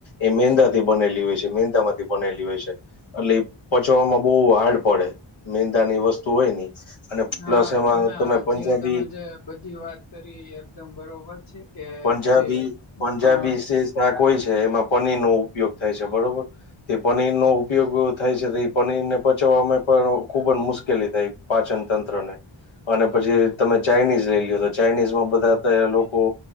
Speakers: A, on the left (about 75°); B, on the left (about 55°).
A: એ મંદા થી બનેલી હોય છે મંદા માંથી બનેલી હોય છે. એટલે પચવામાં બહુ હાર્ડ પડે મેંદાની વસ્તુ હોય ની. અને
B: હા
A: પ્લસ એમાં
B: તમે
A: પંજાબી
B: જે તમે જે બધી વાત કરી એકદમ બરોબર છે. કે
A: પંજાબી
B: જે
A: પંજાબી
B: હા
A: જે શાક હોય છે એમાં પનીર નો ઉપયોગ થાય છે બરોબર. તે પનીર નો ઉપયોગ થાય છે તે એ પનીર ને પચાવવામાં પણ ખુબ જ મુશ્કેલી થાય. પાચન તંત્ર ને અને પછી તમે ચાઈનીઝ લઈ. ચાઇનીઝ માં બધા તા લોકો